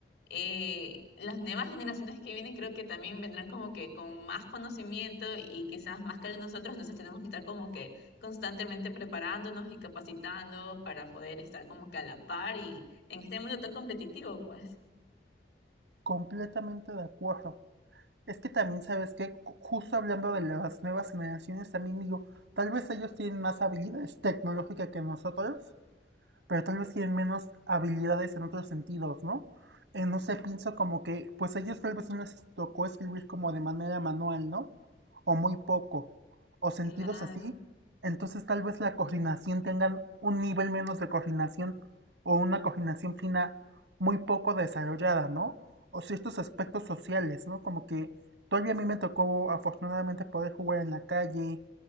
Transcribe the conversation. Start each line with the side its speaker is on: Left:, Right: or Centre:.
Left: eh, las nuevas generaciones que vienen creo que también vendrán como que con más conocimiento y quizás más que el de nosotros, entonces tenemos que estar como que constantemente preparándonos y capacitando para poder estar como que a la par y en este mundo tan competitivo, pues.
Right: Completamente de acuerdo. Es que también, ¿sabes que Justo hablando de las nuevas generaciones, también digo, tal vez ellos tienen más habilidades tecnológicas que nosotros, pero tal vez tienen menos habilidades en otros sentidos, ¿no? Eh, no sé, pienso como que, pues a ellos tal vez no les tocó escribir como de manera manual, ¿no? O muy poco, o sentidos
Left: Claro,
Right: así. Entonces tal vez la coordinación tengan un nivel menos de coordinación o una coordinación fina muy poco desarrollada, ¿no? O ciertos aspectos sociales, ¿no? Como que todavía a mí me tocó afortunadamente poder jugar en la calle.